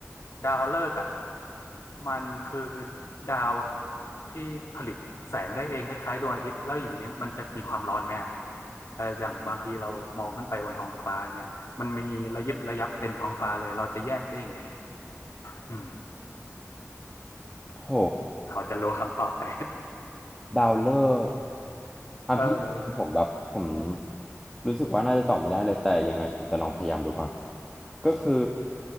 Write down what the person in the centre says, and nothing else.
โห
ดาวฤกษ์อ่ะพี่ผมแบบผม
รู้สึกว่าน่าจะตอบไม่ได้เลยแต่ยังไงผมจะลองพยายามดูก่อนก็คือ